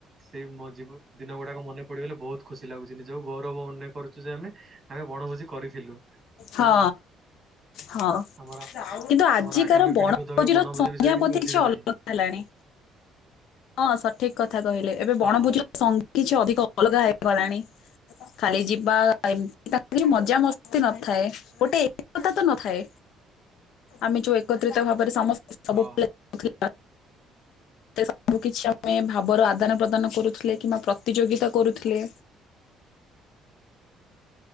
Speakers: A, on the right (about 30°); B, on the left (about 75°).
A: ସେଇ ମୋ ଜିମୁ ଦିନ ଗୁ ଗୁଡ଼ାକ ମନେ ପଡ଼ିଗଲେ ବହୁତ ଖୁସି ଲାଗୁଚି ନିଜକୁ ଗୌରବ ମନେ କରୁଚୁ ଯେ ଆମେ ଆମେ ବଣଭୋଜି କରିଥିଲୁ।
B: ହଁ ହଁ।
A: ଆମର
B: କିନ୍ତୁ ଆଜିକାର
A: ଆମର ଆଗାମୀ ପିଢି
B: ବଣଭୋଜିର
A: ବୋଧ ହୁଏ ବଣଭୋଜି
B: ସଂଜ୍ଞା
A: ବିଷୟରେ
B: ବୋଧେ
A: ବୁଝିବେ
B: କିଛି ଅଲଗା
A: ନାହିଁ।
B: ହେଲାଣି। ହଁ ସଠିକ୍ କଥା କହିଲେ ଏବେ
A: ହଁ
B: ବଣଭୋଜିର ସଂ କିଛି ଅଧିକ ଅଲଗା ହେଇଗଲାଣି ଖାଲି ଯିବା ଏମତି ତାଇରେ କିଛି ମଜା ମସ୍ତି ନ ଥାଏ ଗୋଟେ ଏକତା ତ ନଥାଏ ଆମେ ଯୋଉ ଏକତ୍ରିତ ଭାବରେ ସମସ୍ ସବୁ
A: ହଁ
B: ପିଲା <inaudible>
A: <inaudible>
B: ସେ ସବୁ କିଛି ଆମେ ଭାବର ଆଦାନ ପ୍ରଦାନ କରୁଥୁଲେ କିମ୍ବା ପ୍ରତିଯୋଗିତା କରୁଥୁଲେ।
A: <inaudible>